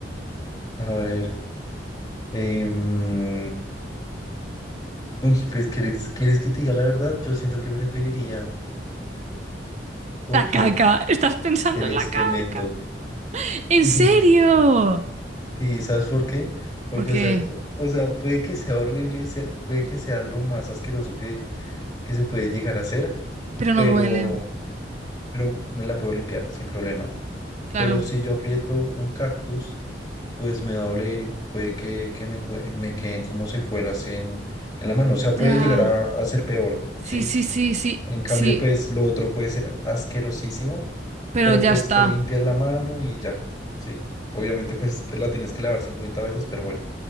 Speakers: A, on the left; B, on the right.
A: a ver. em, uy, pues, ¿quieres, quieres que te diga la verdad? Yo siento que preferiría coger
B: La caca. Estás pensando
A: el
B: en
A: excremento.
B: la caca. ¿En
A: <laughs>
B: serio?
A: Sí, ¿sabes por qué? Porque,
B: Porque,
A: o sea, yo- o sea, puede que sea horrible, sea- puede que sea lo más asqueroso que, que se puede llegar a hacer,
B: pero
A: pero,
B: no duele.
A: pero me la puedo limpiar sin problema.
B: Claro.
A: Pero si yo aprieto un cactus, pues me va a doler y puede que, que me, cue- me queden como secuelas en, en la mano. O sea,
B: Ya.
A: puede llegar a, a ser peor,
B: Sí,
A: ¿sí?
B: sí, sí, sí,
A: En cambio,
B: sí.
A: pues lo otro puede ser asquerosísimo,
B: Pero
A: pero
B: ya
A: pues
B: está.
A: te limpias la mano y ya, ¿sí? Obviamente, pues te la tienes que lavar cincuenta veces, pero bueno,